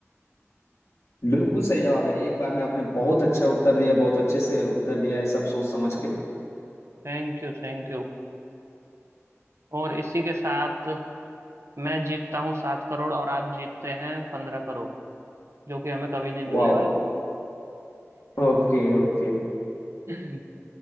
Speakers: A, on the left (about 70°); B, on the right (about 65°).
A: बिल्कुल सही जवाब है एक बार में आपने बहुत अच्छा उत्तर दिया बहुत अच्छे से उत्तर दिया है सब सोच समझ के
B: Thank you thank you और इसी के साथ मैं जीतता हूँ सात करोड़ और आप जीतते हैं पंद्रह करोड़ जो कि हमें कभी नहीं मिलने
A: वाह
B: वाले
A: Okay okay
B: <laughs>